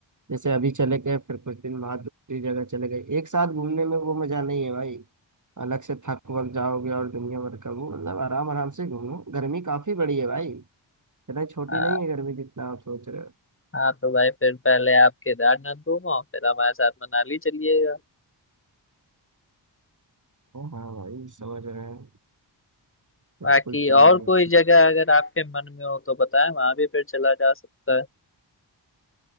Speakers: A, on the right (about 40°); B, on the left (about 25°).
A: जैसे अभी चले गए फिर कुछ दिन बाद दूसरी जगह चले गए एक साथ घूमने में वो मजा नहीं है भाई अलग से थक वक जाओगे और दुनिया भर का वो मतलब आराम आराम से घूमो गर्मी काफी बड़ी है भाई इतना छोटी
B: हाँ
A: नहीं है गर्मी जितना आप सोच रहे हो
B: हाँ तो भाई फिर पहले आप केदारनाथ घूमो फिर हमारे साथ मनाली चलिएगा
A: ओ हाँ भाई समझ रहे हैं बिल्कुल
B: बाकी
A: चलेंगे
B: और कोई जगह अगर आपके मन में हो तो बताएं वहां भी फिर चला जा सकता है